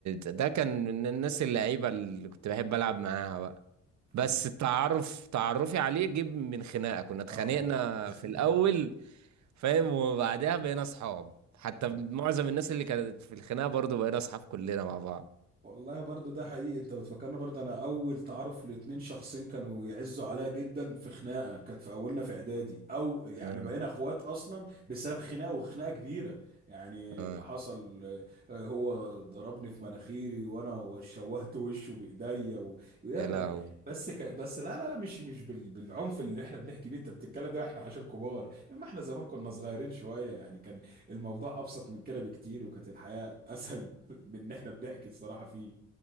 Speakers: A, on the right (about 70°); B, on the right (about 30°).
A: ده كان من الناس اللعيبة اللي كنت بحب العب معاها بقى بس
B: اه
A: التعرف تعرفي عليه جيب من خناقه كنا اتخانقنا
B: اه
A: في الاول
B: <laughs>
A: فاهم وبعدها بقينا اصحاب حتى
B: آه.
A: معظم الناس اللي كانت في الخناقه برضو بقينا اصحاب كلنا مع بعض
B: والله برضو ده حقيقي انت بتفكرنا برضو انا اول تعارف لاتنين شخصين كانوا يعزوا عليا جدا في خناقه كانت في اولنا في اعدادي او يعني
A: اه
B: بقينا اخوات اصلا بسبب خناقه وخناقه كبيره يعني
A: اه
B: اللي حصل آه، هو ضربني في مناخيري وانا شوهت وشه بايديا و- ويلا
A: يا لهوي
B: بس ك... بس لا لا لا مش مش بال... بالعنف اللي احنا بنحكي بيه انت بتتكلم ده احنا عشان كبار اما احنا زمان كنا صغيرين شويه يعني كان الموضوع ابسط من كده بكتير وكانت الحياه اسهل <laughs> من ان احنا بنحكي الصراحه فيه